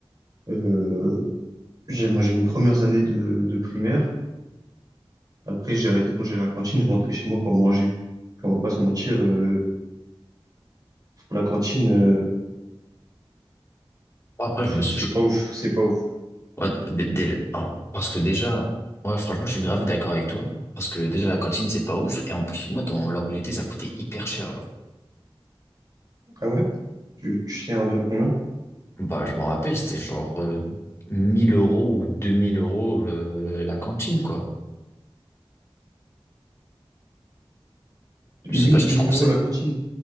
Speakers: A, on the right; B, on the left.
A: Euh, j'ai, moi, j'ai mes premières années de, de primaire. Après, j'ai arrêté de manger à la cantine, je rentrais chez moi pour manger. On va pas se mentir, euh, la cantine, euh,
B: Bon, après,
A: pff,
B: je me suis,
A: c'est
B: je-
A: pas ouf, c'est pas ouf.
B: ouais, dé- dé- alors, parce que déjà, ouais, franchement, je suis grave d'accord avec toi. Parce que déjà, la cantine, c'est pas ouf. Et en plus, moi, dans là où j'étais, ça coûtait hyper cher, genre.
A: Ah ouais? Tu, tu sais environ combien?
B: Bah, je m'en rappelle, c'était genre, euh, 1000 euros ou 2000 euros, euh, la cantine, quoi.
A: mille
B: Je sais pas si
A: deux
B: tu
A: mille
B: trouves
A: euros
B: ça.
A: la cantine.